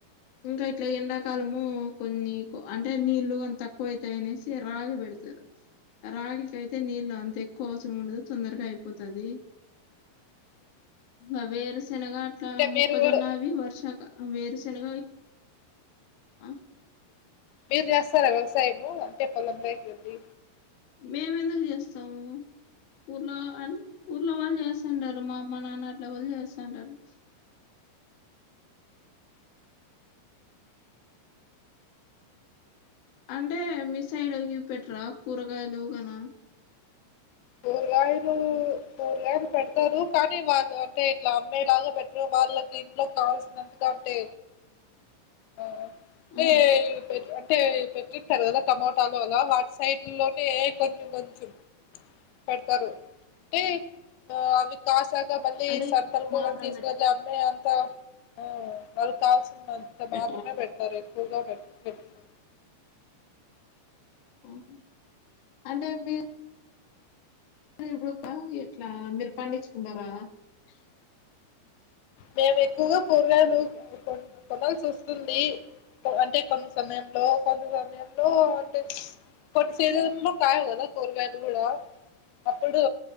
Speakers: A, on the left (about 60°); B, on the left (about 85°).
A: ఇంకా ఇట్లా ఎండాకాలము కొన్ని అంటే నీళ్ళు కానీ తక్కువ అయితాయి అనేసి రాగి పెడతరు. రాగికయి తే నీళ్ళు అంత ఎక్కువ అవసరం ఉండదు. తొందరగా అయిపోతది. ఇంగ వేరు సే శనగా అట్ల,
B: అంటే
A: మొక్కజొన్న
B: మీరు కూడా
A: అవి వర్షక ఆ వేరు శెనగా ఆ
B: మీరు చేస్తారా వ్యవసాయము, అంటే పొలం లేకి వెళ్ళి?
A: మేము ఎందుకు చేస్తాము, ఊర్లో అంటే ఊర్లో వాళ్ళు చేస్తుంటరు. మా అ మా నాన్న అట్లా వాళ్ చేస్తుంటారు. అంటే మీ సైడ్ ఇవ్ పెట్రా, కూరగాయలు గన?
B: కూరగాయలు కూరగాయలు పెడతారు. కానీ, వాళ్ళు అంటే ఇట్లా అమ్మే లాగా పెట్టరు వాళ్ళకి ఇంట్లో కావాల్సినందుక అంటే ఓ
A: ఆహా
B: ఏ పెట్ టే పెట్టింటారు కదా టమోటాలు అలా. వాట్ సైట్ లోనే కొంచెం కొంచెం పెడ్తారు. అంటే ఆ అవి కాసాక, మళ్ళీ
A: అంటే ఇవి
B: సంతలకు
A: మాత్రం
B: ఒకర్ తీసుకువెల్లి
A: పెట్
B: అమ్మీ అంత ఉ వాల్ కావాల్సిన్ ఇట్ల
A: పెట్రా
B: మాత్రమే పెడతారు ఎక్కువగా పె పెట్టుకో
A: ఆహ్ అంటే మీ ఇప్పుడు ఆ ఎట్ల మీరు పండి డరా
B: మేమీ కువా కూరగాయలు కొ కొనాల్సి వస్తుంది. అంటే కొన్ని సమయంలో కొంత సమయంలో అంటే కొన్ని సీజన్ లో కాయవు కదా కూరగాయలు కూడా, అప్పుడు